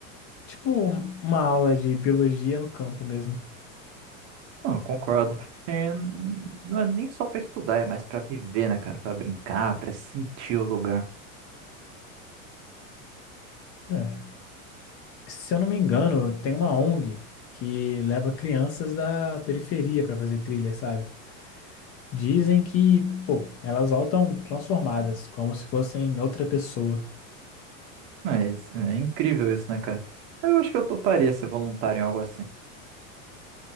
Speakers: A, on the left; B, on the right.
A: Tipo um- uma aula de biologia no campo mesmo.
B: Não, eu concordo. É, não é nem só para estudar, é mais para viver, né, cara? Para brincar, para sentir o lugar.
A: É. Se eu não me engano, tem uma ONG que leva crianças da periferia para fazer trilha, sabe? Dizem que, pô, elas voltam transformadas, como se fossem outra pessoa.
B: Não, é, isso- é incrível isso, né, cara? Eu acho que eu toparia ser voluntário em algo assim.